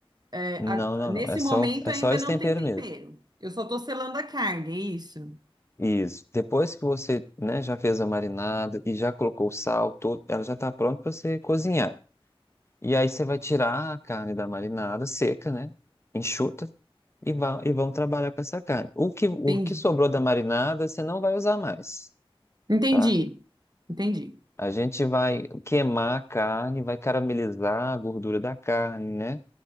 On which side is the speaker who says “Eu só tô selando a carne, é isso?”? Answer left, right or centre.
Right